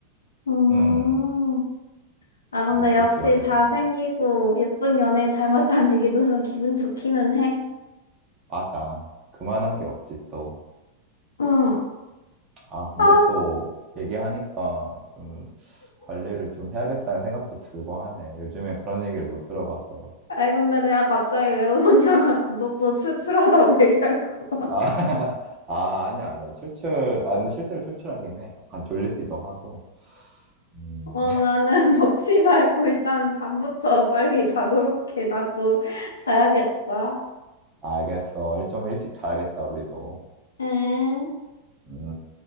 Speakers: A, on the left (about 70°); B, on the right (about 30°).
A: 음.
B: 음,
A: 아, 근데
B: 그것도
A: 역시
B: 기억에
A: 잘생기고
B: 남.
A: 예쁜 연예인 닮았다는 <laughs> 얘기 들으면 기분 좋기는 해.
B: 맞아. 그만한 게 없지, 또.
A: 응.
B: 아, 근데
A: 아,
B: 또 얘기하니까 좀 관리를 좀 해야겠다는 생각도 들고 하네. 요즘에 그런 얘기를 못 들어봐서.
A: 아이, 근데 내가 갑자기 왜 웃었냐면 <laughs> 너 또 출출하다고 <laughs> 얘기할까 봐.
B: 아, <laughs> 아, 아니야, 아니야. 출출, 아, 근데 실제로 출출하긴 해. 약간 졸리기도 하고. 음.
A: 어, 나는 <laughs> 먹지 말고 일단 잠부터 빨리 자도록 해. 나도 <laughs> 자야겠다.
B: 알겠어. 일 좀 일찍 자야겠다, 우리도.
A: 응.
B: 음.